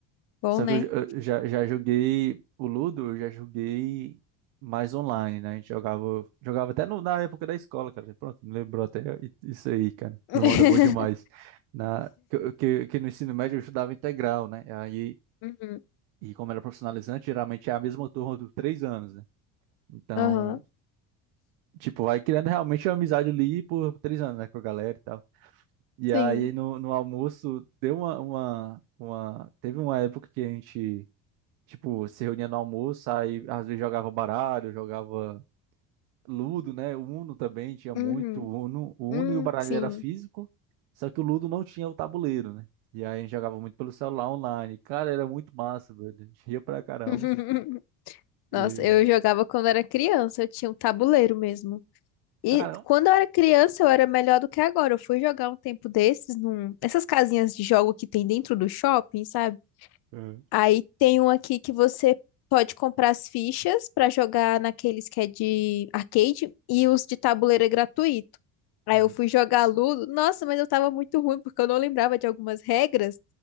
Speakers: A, on the left; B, on the right.
A: Bom,
B: Só
A: né?
B: que eu, j- eu já, já joguei o Ludo, eu já joguei mais online, né? A gente jogava, jogava até no- na época da escola, cara. Pronto, me lembrou até i- isso aí, cara.
A: <laughs>
B: Memória boa demais. Na, que, que, que no ensino médio eu estudava integral, né? Aí,
A: Uhum,
B: e como era profissionalizante, geralmente é a mesma turma dos três anos, né? Então,
A: Aham.
B: tipo, vai criando realmente uma amizade ali por três anos, né? Com a galera e tal. E
A: Sim.
B: aí no, no almoço deu uma, uma, uma. Teve uma época que a gente. Tipo, se reunia no almoço, aí às vezes jogava baralho, jogava Ludo, né? Uno também tinha muito
A: uhum,
B: Uno. O
A: hum,
B: Uno e o baralho
A: sim.
B: era físico, só que o Ludo não tinha o tabuleiro, né? E aí a gente jogava muito pelo celular online. Cara, era muito massa, velho. A gente ria pra caramba.
A: <laughs> Nossa,
B: E...
A: eu jogava quando era criança, eu tinha um tabuleiro mesmo. E
B: Caramba!
A: quando eu era criança, eu era melhor do que agora. Eu fui jogar um tempo desses num... nessas casinhas de jogo que tem dentro do shopping, sabe?
B: É.
A: Aí tem um aqui que você pode comprar as fichas pra jogar naqueles que é de arcade e os de tabuleiro é gratuito. Aí
B: Uhum.
A: eu fui jogar Ludo. Nossa, mas eu tava muito ruim porque eu não lembrava de algumas regras